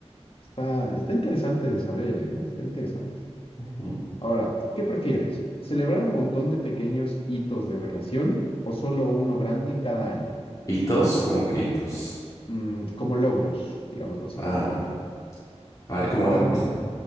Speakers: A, on the left; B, on the left.
A: Está, está interesante de saber, ¿eh? Está interesante.
B: Ujú.
A: Ahora, ¿qué prefieres? ¿Celebrar un montón de pequeños hitos de relación o solo uno grande cada año?
B: Hitos, como que hitos.
A: Mm, como logros, digámoslo así.
B: Ah, a ver cómo era. <laughs>